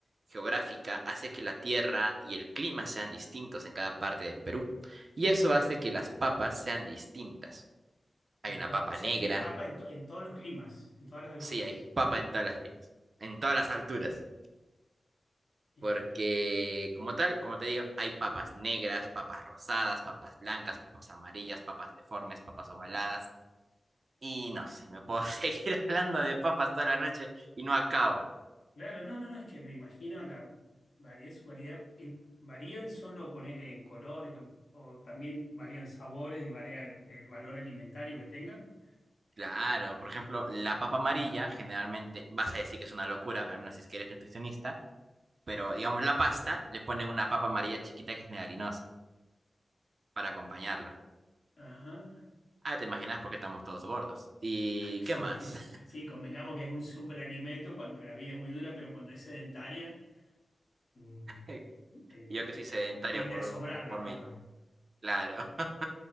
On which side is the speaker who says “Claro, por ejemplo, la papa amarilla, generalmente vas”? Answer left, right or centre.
Right